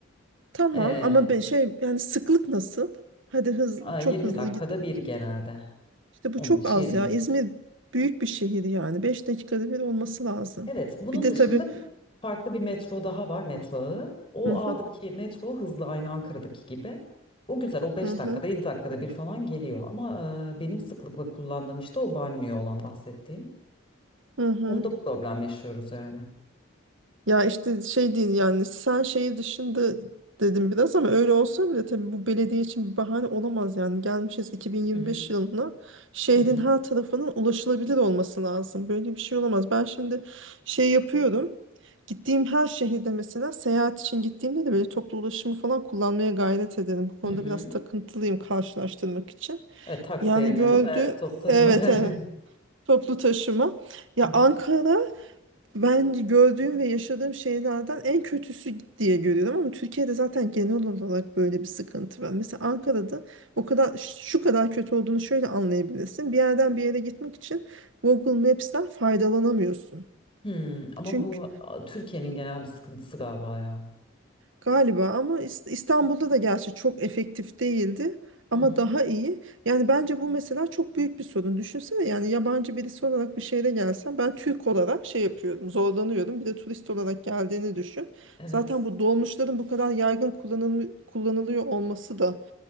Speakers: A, on the right (about 70°); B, on the left (about 25°).
A: Tamam
B: E,
A: ama ben şey yani sıklık nasıl? Hadi hız
B: a- 20
A: çok hızlı
B: dakikada
A: git.
B: bir genelde
A: İşte
B: 15-20.
A: bu çok az ya. İzmir büyük bir şehir yani. beş dakikada bir olması lazım.
B: Evet, bunun
A: Bir de
B: dışında
A: tabii.
B: farklı bir metro daha var, metro ağı. O
A: Hı hı.
B: ağdaki metro hızlı aynı Ankara'daki gibi. O güzel, o 5
A: Hı hı.
B: dakikada 7 dakikada bir falan geliyor. Ama e, benim sıklıkla kullandığım işte o banliyö olan bahsettiğim.
A: Hı hı.
B: Onda problem yaşıyoruz yani.
A: Ya işte şey değil yani sen şeyi dışında dedim biraz ama öyle olsa bile tabii bu belediye için bir bahane olamaz yani gelmişiz 2025
B: Hı hı
A: yılına şehrin
B: hı hı
A: her tarafının ulaşılabilir olması lazım böyle bir şey olamaz ben şimdi şey yapıyorum gittiğim her şehirde mesela seyahat için gittiğimde de böyle toplu ulaşımı falan kullanmaya gayret ederim bu konuda
B: hı hı.
A: biraz takıntılıyım karşılaştırmak için
B: Evet, taksi
A: yani
B: yerine
A: gördü
B: değil mi? Toplu taşıma
A: evet
B: tercih
A: evet
B: edin.
A: toplu taşıma ya
B: hı hı.
A: Ankara ben gördüğüm ve yaşadığım şeylerden en kötüsü diye görüyorum ama Türkiye'de zaten genel olarak böyle bir sıkıntı var. Mesela Ankara'da o kadar şu kadar kötü olduğunu şöyle anlayabilirsin. Bir yerden bir yere gitmek için Google Maps'ten faydalanamıyorsun.
B: Hmm, ama
A: Çünkü
B: bu a, Türkiye'nin genel bir sıkıntısı galiba ya.
A: Galiba ama İst- İstanbul'da da gerçi çok efektif değildi ama
B: Hı hı.
A: daha iyi. Yani bence bu mesela çok büyük bir sorun. Düşünsene yani yabancı birisi olarak bir şehre gelsem ben Türk olarak şey yapıyordum, zorlanıyordum. Bir de turist olarak geldiğini düşün.
B: Evet.
A: Zaten bu dolmuşların bu kadar yaygın kullanılm- kullanılıyor olması da